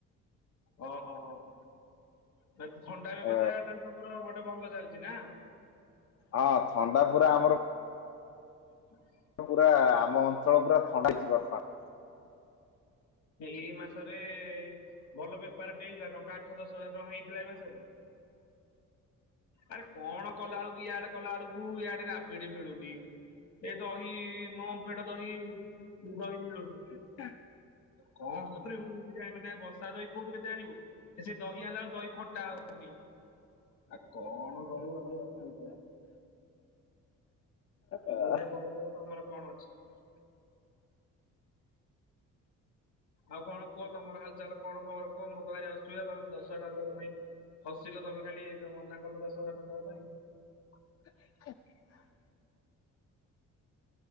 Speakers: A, on the left (about 70°); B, on the left (about 55°).
A: ଓହୋ ହୋ ଏ ଥଣ୍ଡା ବ୍ୟବସାୟ
B: ଏ
A: ତ ଟା ତମର ଗୋଟେ ଭଲ ଚାଲିଛି ନା।
B: ହଁ ଥଣ୍ଡା ପୁରା ଆମର।
A: ହଁ <unintelligible> <inaudible>
B: ପୁରା ଆମ ଅଞ୍ଚଳ ପୁରା ଥଣ୍ଡାଇଛି ବର୍ତ୍ତମାନ।
A: ଏଇ ମାସରେ। ଭଲ ବେପାର ଟେ ହେଇଥିଲା ଟଙ୍କା ଆଠ ଦଶ ହଜାର ଟଙ୍କା ହେଇଥିଲା ଏ ମାସରେ। ଆରେ କଣ କଲା ବେଳକୁ ଇଆଡେ କଲା ବେଳକୁ ଇଆଡେ ରାବିଡି ମିଳୁନି। ଏ ଦହି ଓମଫେଡ ଦହି ଦହି ମିଳୁନି।
B: ହ <inaudible>
A: କଣ କରିବୁ? ମୁଁ ବି ଜାଣିବି ନା ବସା ଦହି କୋଉଠୁ କେତେ ଆଣିବୁ ସେ ଦହି ଆଣିଲା ବେଳେ ଦହି ଖଟା ହଉ। ଆ କଣ କରିବ ଭ <unintelligible> ତମର
B: ଏହା
A: ଭ ବଡ ଲୋକ ତମର କଣ ଅଛି। <unintelligible> ଆଉ କଣ କୁହ ତମର ହାଲଚାଲ କଣ ଖବର କୁହ ମୋର ତ ଭାରି ଅସୁବିଧା ତମେ ଦଶ ହଜାର ଟଙ୍କା ଦେବା ପାଇଁ। ହସିଲ ତମେ ଖାଲି ତ ମନା କଲ ଦଶ ହଜାର ଟଙ୍କା ନବା ପାଇଁ।
B: <inaudible>